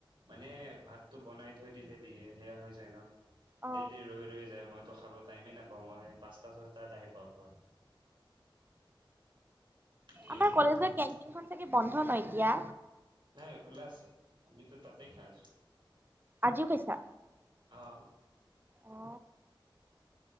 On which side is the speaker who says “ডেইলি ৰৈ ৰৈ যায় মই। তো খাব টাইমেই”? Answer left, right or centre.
Right